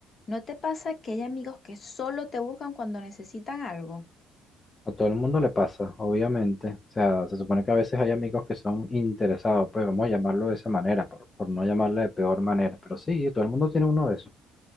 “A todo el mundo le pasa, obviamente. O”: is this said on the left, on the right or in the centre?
Left